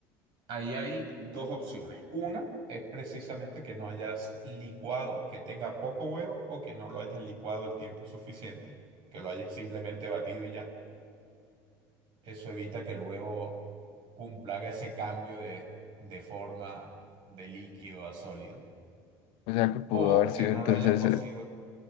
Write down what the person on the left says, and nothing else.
O sea que pudo
haber sido
entonces,
eh,